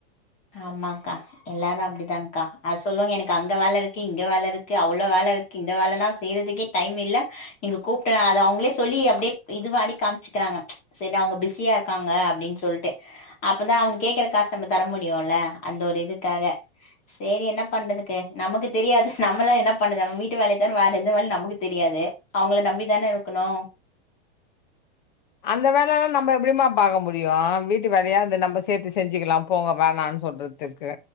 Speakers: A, on the left; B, on the left.
A: ஆமாக்கா எல்லாரும் அப்படிதான்கா அது சொல்லுவாங்க எனக்கு அங்க வேலை இருக்கு இங்க வேலை இருக்கு அவ்ளோ வேலை இருக் கு இந்த வேலல்லாம் செய்யறதுக்கே டைம் இல்ல நீங்க கூப்பிட்ட அத அவங்களே சொல்லி அப்படியே இது மாரி காமிச்சுக்கிறாங்க சரி நா அவங்க பிஸியா இருக்காங்க அப்படின்னு சொல்டேன் அப்பதான் அவங்க கேக்குற காசு நம்ம தர முடியும் முடியும்ல அந்த ஒரு இதுக்காக சரி என்ன பண்றதுக்கு நமக்கு தெரியாது நம்மள என்ன பண்ணதும வீட்டு வேலைய தானே வேற எந்த வேலையும் நமக்கு தெரியாது அவங்கள நம்பி தானே இருக்கணும்
B: அந்த வேலல்லா நம்ம எப்டிமா பாக்க முடியு வீட்டு வேலையாது நம்ம சேத்து செஞ்சுக்கலா போக வேணான்னு சொல்றது க்கு